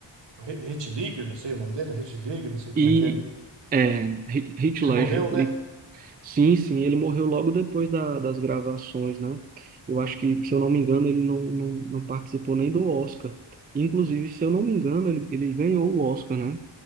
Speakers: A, on the right (about 65°); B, on the right (about 20°).
A: Hitler, não sei o nome dele, Hitler, não sei como
B: E
A: é que é.
B: é, Heath Heath
A: Que
B: Ledger,
A: ele morreu, né?
B: Sim, sim, ele morreu logo depois da- das gravações, né? Eu acho que, se eu não me engano, ele não, não, não participou nem do Oscar. Inclusive, se eu não me engano, ele, ele ganhou o Oscar, né?